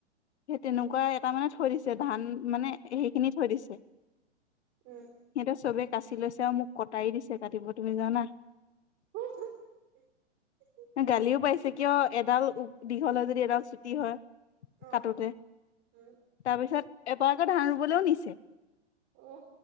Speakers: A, on the left; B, on the right.
A: সেই তেনেকুৱা এটা মানে থৈ দিছে ধান মানে সেইখিনি থৈ দিছে। <inaudible>
B: উম।
A: সিহঁতে চবে কাচি লৈছে আৰু মোক কটাৰি দিছে কাটিব তুমি জানা?
B: <unintelligible>
A: গালিও পাইছে কিয় এডাল দীঘল যদি এডাল চুটি হয়।
B: অ
A: কাটোতে,
B: উম
A: তাৰপিছত এবাৰ আকৌ ধান ৰুবলৈও নিছে।
B: অহ।